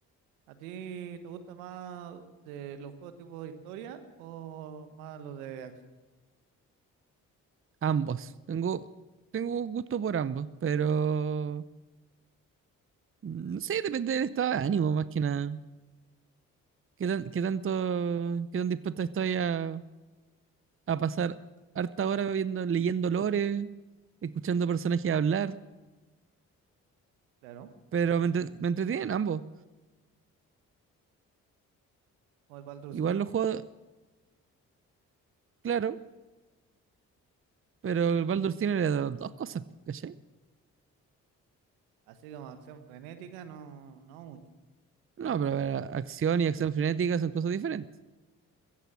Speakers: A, on the right (about 80°); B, on the right (about 30°).
A: ¿A ti te gusta más de los juegos tipo de historia o más los de acción?
B: Ambos. Tengo, tengo gusto por ambos, pero no sé, depende del estado de ánimo más que nada. ¿Qué tan, qué tanto, qué tan dispuesto estoy a, a pasar harta hora viendo, leyendo lore? escuchando personajes hablar,
A: Claro,
B: pero me, entre- me entretienen ambos.
A: como el Baldur's
B: Igual
A: Gate,
B: los juegos, claro, pero el Baldur's tiene las dos cosas, ¿cachai?
A: así como acción frenética, no, no mucho.
B: No, pero a ver, acción y acción frenética son cosas diferentes.